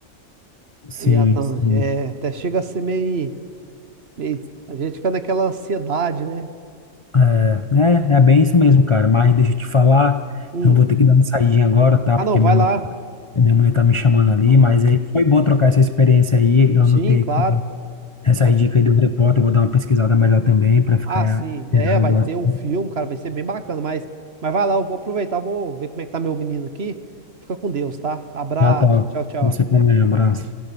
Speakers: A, on the left; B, on the right.
A: Sim,
B: o Yatan,
A: sim.
B: é, até chega a ser meio. meio- a gente fica naquela ansiedade, né?
A: É, é, é bem isso mesmo, cara. Mas deixa eu te falar,
B: Hum.
A: eu vou ter que dar uma saidinha agora, tá?
B: Ah,
A: Porque
B: não, vai
A: minha mãe,
B: lá.
A: minha mulher tá me chamando ali,
B: Aham.
A: mas aí foi bom trocar essa experiência aí. Eu
B: Sim,
A: anotei
B: claro.
A: aqui essas
B: Só que-
A: dicas aí do repórter, eu vou dar uma pesquisada melhor também para ficar
B: Ah, sim. É,
A: inteirado
B: vai
A: do
B: ter
A: assunto.
B: um filme, cara, vai ser bem bacana, mas, mas vai lá, eu vou aproveitar, vou ver como é que tá meu menino aqui. Fica com Deus, tá? Abraço.
A: Ah, tá.
B: Tchau, tchau.
A: Você também, um abraço.